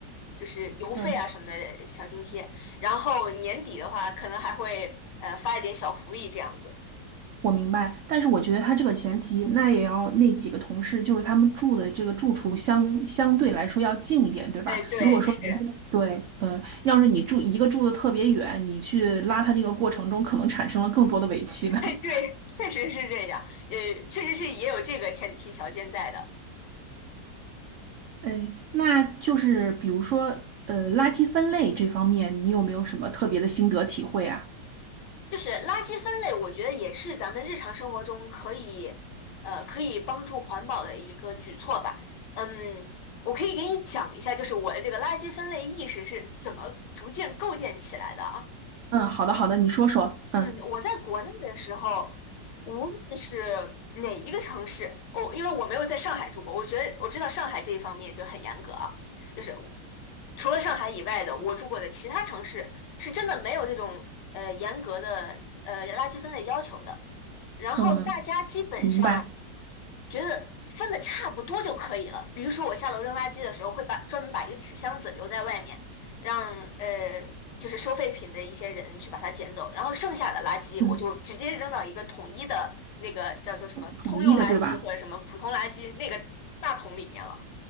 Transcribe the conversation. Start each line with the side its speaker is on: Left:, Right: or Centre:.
Left: 就是邮费啊什么的小津贴，
Right: 嗯，
Left: 然后年底的话，可能还会呃发一点小福利这样子。
Right: 我明白。但是我觉得他这个前提，那也要那几个同事，就是他们住的这个住处相相对来说要近一点，对吧？
Left: 哎，对，
Right: 如果说人家对，
Left: 是，
Right: 呃，要是你住一个住的特别远，你去拉他那个过程中，可能产生了更多的尾气呢。
Left: 哎，对，确实是这样，呃，确实是也有这个前提条件在的。
Right: 呃，那就是比如说，呃，垃圾分类这方面，你有没有什么特别的心得体会啊？
Left: 就是垃圾分类，我觉得也是咱们日常生活中可以，呃，可以帮助环保的一个举措吧。嗯，我可以给你讲一下，就是我的这个垃圾分类意识是怎么逐渐构建起来的啊。
Right: 嗯，好的，好的，你说说。嗯
Left: 嗯，我在国内的时候，无论是哪一个城市，我因为我没有在上海住过，我觉得我知道上海这一方面就很严格啊，就是除了上海以外的，我住过的其他城市是真的没有这种呃严格的呃垃圾分类要求的。然后大家基本上
Right: 嗯，明白。
Left: 觉得分的差不多就可以了。比如说我下楼扔垃圾的时候，会把专门把一个纸箱子留在外面，让呃就是收废品的一些人去把它捡走，然后剩下的垃圾我就直接扔到一个统一的那个叫做什么通用垃圾或者什么普通垃圾那个大桶里面了。
Right: 嗯，统一的，对吧？